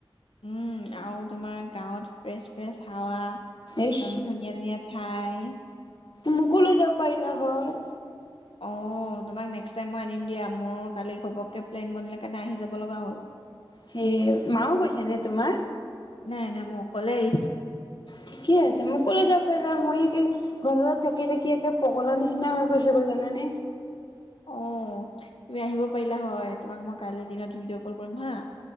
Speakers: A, on the left; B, on the left.
A: উম, আৰু তোমাৰ গাঁৱত ফ্ৰেছ ফ্ৰেছ হাৱা একদম
B: ইচ
A: ধুনীয়া ধুনীয়া ঠাই
B: মোকোলৈ যাব পাৰিলা হয়
A: অ, তোমাক নেক্সট টাইম মই আনিম দিয়া, মোৰ কালি ঘপককে প্লেন বনিলে কাৰণে আহি যাব লগা হ'ল।
B: হে, মা ও গৈছে নে তোমাৰ?
A: নাই-নাই, মই অকলে আহিছোঁ।
B: ঠিকে আছে, মোক লৈ যাব পাৰিলা হয়, মই একে ঘৰত থাকি-থাকি, একে পগলা নিচিনা হৈ গৈছো গৈ, জানানে?
A: অ, তুমি আহিব পাৰিলা হয়, তোমাক মই কাইলে দিনত ভিডিঅ' কল কৰিম হা